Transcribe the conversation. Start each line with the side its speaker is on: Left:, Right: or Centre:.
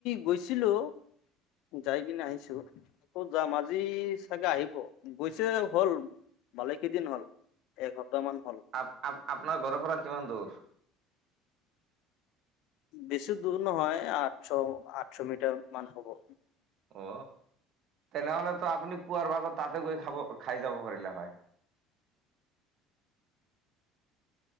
Left: গৈছিলো। যাই কিনে আহিছো আকৌ যাম আজি চাগে আহিব গৈছে হল। ভালে কেইদিন হল। এসপ্তাহ মান হ'ল
Right: আপোনাৰ ঘৰৰ পৰা কিমান দূৰ-
Left: বেছি দূৰ নহয় আঠশ আঠশ মিটাৰ মান হব
Right: অ তেনেহলেতো আপুনি পুৱাৰ ভাগত - তাতে গৈ খাব খাই যাব পাৰলে হয়।